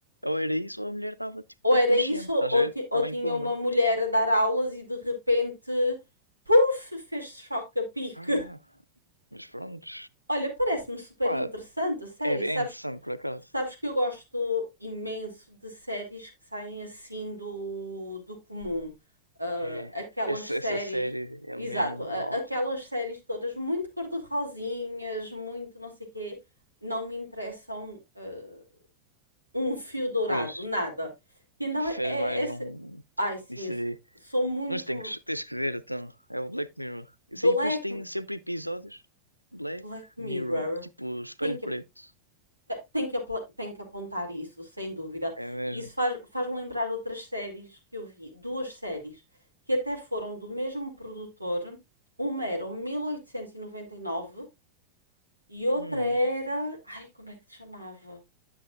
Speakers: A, on the left (about 85°); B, on the right (about 80°).
A: Ou era isso, ou a mulher estava tipo
B: ou era
A: inconsciente,
B: isso,
A: estás
B: ou,
A: a ver?
B: ti-
A: Estava
B: ou tinha
A: em coma.
B: uma mulher a dar aulas e de repente, puf, fez choque a pique.
A: Pá, é.
B: <laughs>
A: Mas pronto.
B: Olha, parece-me super
A: Pá,
B: interessante a série.
A: é, é
B: Sabes,
A: interessante
B: que-
A: por acaso.
B: sabes que eu gosto imenso de séries que saem assim do, do comum. Ah,
A: É.
B: aquelas
A: Essa,
B: séries,
A: essa série é
B: exato,
A: mesmo.
B: a-
A: Uau.
B: aquelas séries todas muito cor-de-rosinhas, muito não sei quê, não me interessam. ah, um fio dourado,
A: Pois,
B: nada. E então
A: fez
B: é, é
A: mais
B: essa.
A: um.
B: Ai sim,
A: Isso
B: eu
A: aí.
B: sou muito.
A: Mas tem que, tens que ver, então. É o Black Mirror. Isso
B: Black,
A: aí depois tem sempre episódios. Black
B: Black Mirror
A: Mirror. Tipo, espelho
B: tem que,
A: preto.
B: tem, que, tem que apontar isso, sem dúvida.
A: É mesmo.
B: Isso faz, faz-me lembrar outras séries que eu vi, duas séries, que até foram do mesmo produtor. Uma era o mil oitocentos e noventa e e nove e outra
A: Hum.
B: era. Ai, como é que se chamava?